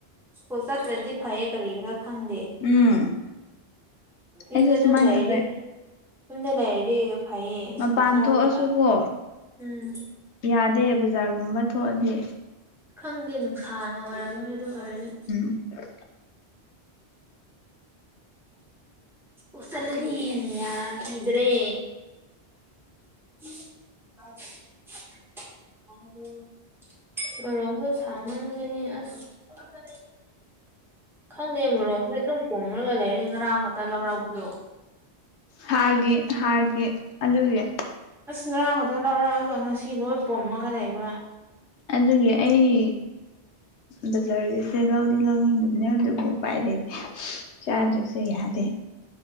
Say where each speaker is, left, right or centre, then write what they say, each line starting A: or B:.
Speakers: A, in the centre; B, on the left (about 85°).
A: ꯁ꯭ꯀꯨꯜ ꯆꯠꯇ꯭ꯔꯗꯤ ꯐꯩ ꯀꯔꯤ ꯈꯔꯥ ꯈꯪꯗꯦ
B: ꯎꯝ
A: ꯌꯨꯝꯗ
B: ꯑꯩꯁꯨ
A: ꯑꯗꯨꯝ
B: ꯁꯨꯃꯥꯏꯅ
A: ꯂꯩꯔꯤ
B: ꯇꯧꯋꯦ
A: ꯌꯨꯝꯗ ꯂꯩꯔꯤ ꯐꯌꯦ
B: ꯃꯄꯥꯟ
A: ꯁꯀꯨꯜ ꯆꯗ
B: ꯊꯣꯛꯑꯁꯨꯀꯣ
A: ꯎꯝ
B: ꯌꯥꯗꯦ ꯕꯖꯥꯔꯒꯨꯝꯕ ꯊꯣꯛꯑꯗꯤ
A: ꯈꯪꯗꯦ ꯅꯨꯡꯁꯥꯅ ꯑꯣꯏꯔꯝꯅꯤ ꯑꯗꯨ ꯑꯣꯏꯔꯗꯤ
B: <inaudible>
A: ꯎꯁꯂꯗꯒꯤ ꯌꯦꯟꯅ ꯈꯗ꯭ꯔꯦ <unintelligible> ꯑ <inaudible> ꯔꯣ ꯍ ꯁꯥꯃꯅꯤ ꯑꯁ <unintelligible> ꯈꯪꯗꯦ ꯃꯣꯔꯣꯛꯁꯦ ꯑꯗꯨꯝ ꯄꯣꯝꯂꯒ ꯂꯩꯔꯤ ꯉꯔꯥꯡ ꯈꯛꯇ ꯂꯧꯔꯧꯕꯗꯣ
B: ꯍꯥꯔꯒꯤ ꯍꯥꯔꯒꯤ ꯑꯗꯨꯒꯤ
A: ꯑꯁ ꯉꯔꯥꯡꯒꯗ ꯂꯧꯔꯛꯑꯒ ꯉꯁꯤ ꯂꯣꯏ ꯄꯣꯝꯃꯒ ꯂꯩꯕ
B: ꯑꯗꯨꯒꯤ ꯑꯩ ꯕꯖꯥꯔꯒꯤꯁꯦ ꯂꯧꯗꯤ ꯂꯧꯅꯤꯡ ꯅꯦ ꯑꯗꯨꯕꯨ ꯄꯥꯏꯔꯗꯤ ꯆꯥꯗꯁꯨ ꯌꯥꯗꯦ